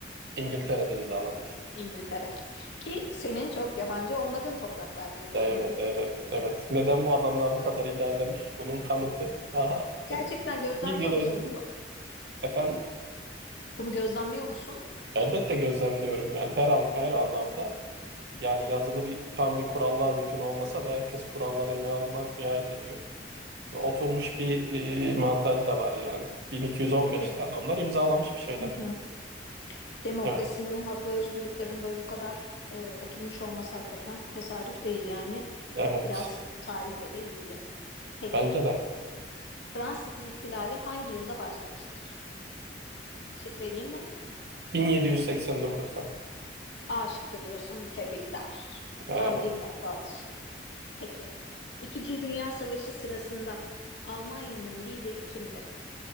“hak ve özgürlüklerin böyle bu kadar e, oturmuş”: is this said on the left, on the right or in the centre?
Left